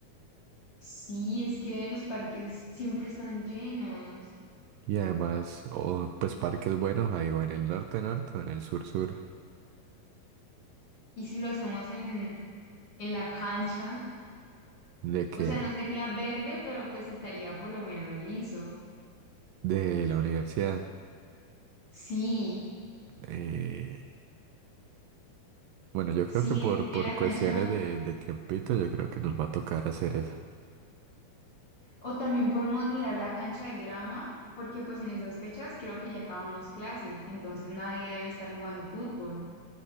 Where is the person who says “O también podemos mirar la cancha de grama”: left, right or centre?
Left